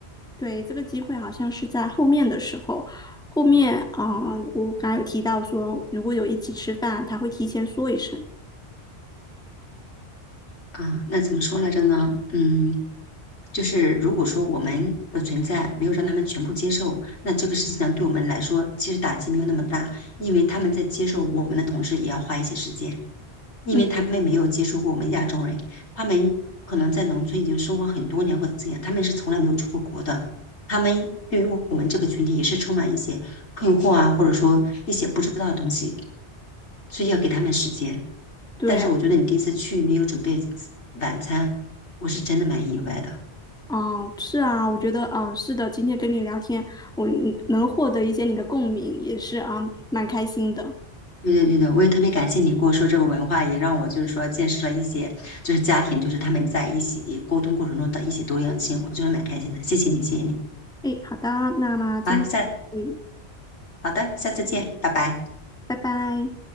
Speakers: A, in the centre; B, on the left.
A: 对，这个机会好像是在后面的时候，后面，啊，我刚才有提到说，如果有一起吃饭，她会提前说一声。
B: 啊。那怎么说来着呢？嗯。就是如果说我们的存在没有让他们全部接受，那这个事情呢，对我们来说其实打击没有那么大，因为他们在接受我们的同时，也要花一些时间，因为他们没有接触过我们亚洲人，
A: 嗯，
B: 他们可能在农村已经生活很多年或怎样，他们是从来没有出过国的，他们对于我们这个群体也是充满一些困惑啊，或者说一些不知道的东西，所以要给他们时间。
A: 对。
B: 但是我觉得你第一次去没有准备晚餐，我是真的蛮意外的。
A: 哦，是啊，我觉得，嗯，是的，今天跟你聊天，我嗯能获得一些你的共鸣，也是啊，蛮开心的。
B: 对对对对，我也特别感谢你跟我说这个文化，也让我就是说见识了一些，就是家庭，就是他们在一起沟通过程中的一些多样性，我觉得蛮开心的。谢谢你，谢谢你。
A: 诶，好的，那么今天就到这里，
B: 好，下，好的，下次见，拜拜。
A: 拜拜。